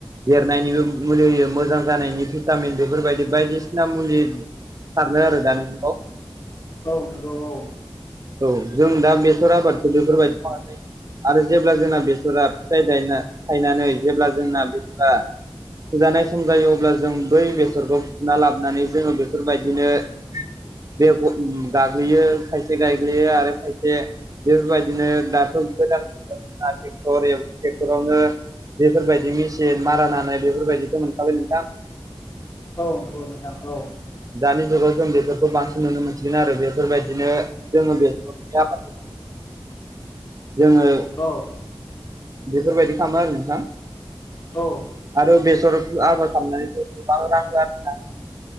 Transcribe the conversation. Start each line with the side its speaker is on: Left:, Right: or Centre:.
Right: देरनायनिबो मुलि होयो मोजां जानायनि भिटामिन बेफोरबायदि बायदिसिना मुलि सारनो आरो दानि जुगाव
Left: औ नंगौ औ
Right: औ जों दा बेसर आबादखौ बेफोरबायदि मावनाय जायो आरो जेब्ला जोंना बेसरा फिथाइ थायना थायनानै जेब्ला जोंना बेसरा फुजानाय सम जायो अब्ला जों बै बेसरखौ फुना लाबोनानै जोङो बेफोरबायदिनो बेग' गाग्लियो खायसे गायग्लियो आरो खायसे बेफोरबायदिनो दाथ' गोदान ओ टेक्टर ए टेक्टरावनो बेफोरबायदि मिसि जे मारा नानाय बेफोरबायदिथ' मोनखाबाय नोंथां
Left: औ नंगौ नोंथां औ
Right: दानि जुगाव जों बेफोरखौ बांसिन नुनो मोनसिगोन आरो बेफोरबायदिनो जोङो बेसरनि आबाद जोङो
Left: औ
Right: बेफोरबायदि खामो आरो नोंथां
Left: औ
Right: आरो बेसर आबाद खामनानैबो गोबां रां आर